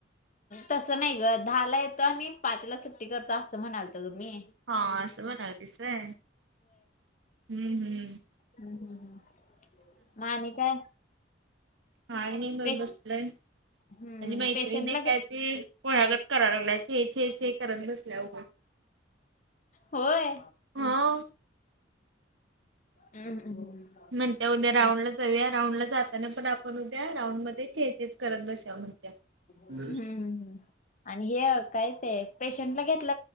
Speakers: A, on the left; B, on the right.
A: तसं नाही ग दहाला येतो आणि पाचला सुट्टी करतो असं म्हणालतो ग मी
B: हा असं म्हणालीस होय हम्म हम्म
A: हम हम मग आणि काय
B: हा नाही बघ
A: पेश
B: बसलंय.
A: हम्म
B: माझी मैत्री
A: पेशंटला
B: एक हाय ती खुळ्यागत करालागल्या छे छे करत बसल्या उगच
A: होय
B: हो ओ
A: हम्म हम्म
B: म्हणत्या उद्या राऊंड
A: आणि
B: ला जाऊया राऊंड ला जाताना पण आपन पण उद्या राऊंड मध्ये चायनीज करत बसुया <unintelligible> म्हण
A: हम्म, हम्म, हम्म. आणि हे काय ते पेशंटला घेतल